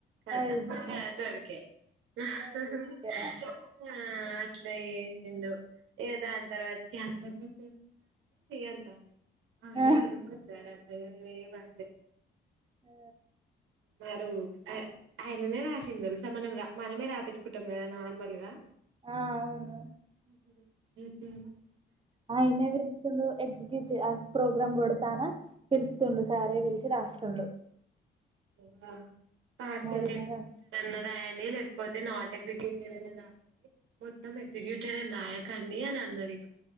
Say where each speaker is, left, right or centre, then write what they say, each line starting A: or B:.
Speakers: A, on the right (about 80°); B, on the right (about 25°).
A: <unintelligible>
B: అయ్యో, అయ్యా.
A: ఏసిందో ఇక దాని తర్వాత <unintelligible> అంట అ <unintelligible>
B: ఆ,
A: సాగర్ అయో లెేవండి.
B: ఆ
A: మీరు అ ఆయననే రాసిందసల మనం రా మనమే రాయపిచ్చుకుంటాం కదా నార్మల్ గా
B: ఆ అవును
A: హ్మ్ హ్మ్మ్ ఏ తిన
B: ఆయనే పిలుస్తూడు ఎగ్ <unintelligible> ప్రోగ్రామ్ కొడతానా పిలుతుండు సారే పిలిచి రాస్తుండు
A: తినవా పార్సల్
B: నాది నాది
A: తన రాయడి లేకపోతే నాట్ ఎగ్జిక్యూటివ్ అని రాయడి మొత్తం ఎగ్జిక్యూటివ్ అని రాయకండి అని అన్నాడ ఇక